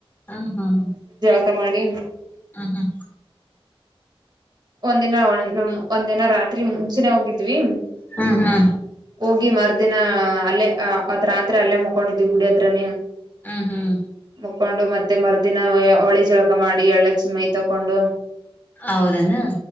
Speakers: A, on the left (about 20°); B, on the right (about 50°).
A: ಹಾ ಹಾ ಹಾ
B: ಕ್ಕ ಮಾಡಿ
A: ಹ ಹ
B: ಒಂದಿನ ಒ ಒಂದಿನ ರಾತ್ರಿ ಮುಂಚೆನೆೇ ಹೋಗಿದ್ವಿ
A: ಹ್ಮ್ ಹಾ
B: ಹೋಗಿ ಮರ್ದಿನ ಅಲ್ಲೇ ಅತ್ ರಾತ್ರಿ ಅಲ್ಲೇ ಮುಕೊಂಡಿದವಿ ಗುಡಿ ಹತ್ರನೇ
A: ಹ್ಮ್ ಹ್ಮ್
B: ತಕೊಂಡು ಮತ್ತೆ ಮರುದಿನಳಿ ಜಳಕ ಮಾಡಿ ಎಳ್ಳ ಚ ಮೈ ತಕೊಂಡು
A: ಹೌದನಾ